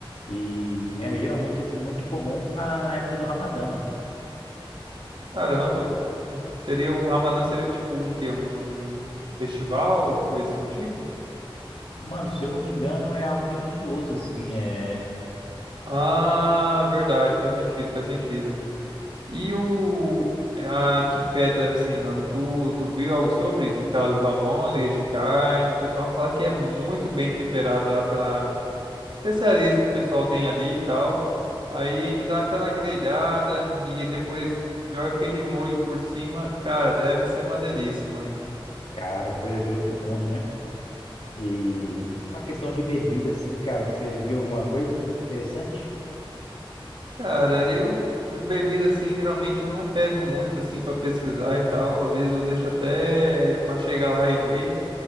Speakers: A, on the left; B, on the right.
A: E é geralmente, assim, muito comum na na época do Ramadã, mano.
B: Caramba. né? Seria o Ramadã seria tipo um quê? Um festival, alguma coisa assim do tipo?
A: Mano, se eu não me engano, é algo religioso, assim. É
B: Ah, verdade, faz sentido, faz sentido. E o. eh, A que feta, assim, mano, tu, tu viu algo sobre aquelas almôndegas de carne? O pessoal fala que é muito bem temperado lá pela especiarias que o pessoal tem ali e tal. Aí ainda dá aquela grelhada e depois joga aquele molho por cima. Cara, deve ser uma delícia, mano.
A: Cara, é coisa de outro mundo, né? E uma questão de bebida, assim, cara, você viu alguma coisa interessante?
B: Cara, eu, por bebida assim, geralmente eu não pego muito assim pra pesquisar e tal. Às vezes eu deixo até pra chegar lá e ver.